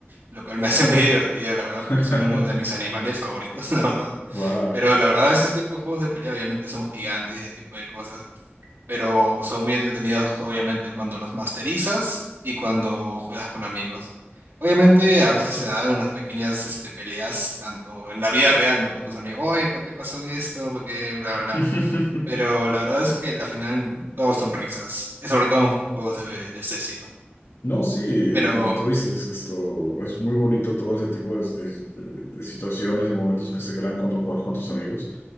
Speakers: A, on the right (about 65°); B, on the left (about 80°).
A: lo cual me
B: Claro.
A: hace muy divertido, la verdad,
B: <laughs>
A: porque es uno de mis animales favoritos, <laughs> la verdad.
B: Wow.
A: Pero la verdad, ese tipo de juegos de pelea obviamente son gigantes y ese tipo de cosas, pero son muy entretenidos, obviamente, cuando los masterizas y cuando juegas con amigos. Obviamente, a veces se dan unas pequeñas este, peleas, tanto en la vida real, ¿no? Con tus amigos, oye, ¿por qué pasó esto? ¿Por qué? Bla, bla.
B: <laughs>
A: Pero la verdad es que la final todos son risas, eh, sobre todo en juegos de, de este estilo.
B: No, sí,
A: Pero
B: como tú dices, esto es muy bonito todo ese tipo de, de- de- de situaciones y momentos que se crean cuando juegas con tus amigos.